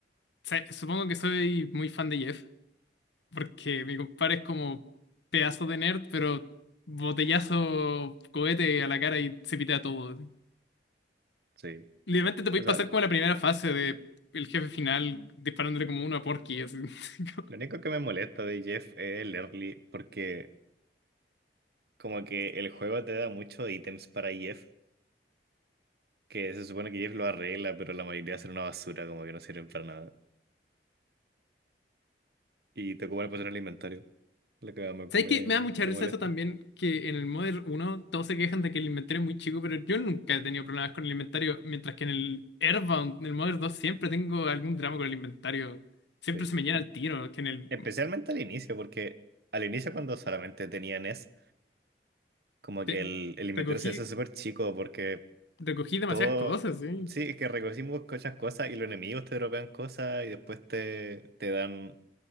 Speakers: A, on the left; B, on the right.
A: sa- supongo que soy muy fan de Jeff. porque mi compadre es como pedazo de nerd, pero botellazo, cohete a la cara y se pitea todo. así.
B: Sí.
A: Literalmente te podéis
B: O sea,
A: pasar como la primera fase de el jefe final disparándole como uno a Porky. Así. <laughs>
B: lo único que me molesta de Jeff es el early, porque como que el juego te da muchos ítems para Jeff, que se supone que Jeff lo arregla, pero la mayoría son una basura, como que no sirven para nada. Y te ocupan el posición en el inventario, lo que me, me,
A: ¿Sabes qué? Me da mucha
B: me
A: risa
B: molesta.
A: eso también, que en el Modern uno todos se quejan de que el inventario es muy chico, pero yo nunca he tenido problemas con el inventario, mientras que en el Airbound, en el Modern 2, siempre tengo algún drama con el inventario. Siempre
B: Sí.
A: se me llena
B: E-
A: el tiro, que en el...
B: Especialmente al inicio, porque al inicio cuando solamente tenía NES, como
A: te-
B: que el, el inventario
A: Recogí,
B: se hace súper chico, porque
A: recogí demasiadas
B: Todo,
A: cosas, sí.
B: sí, es que recogimos muchas cosas y los enemigos te dropean cosas y después te, te dan,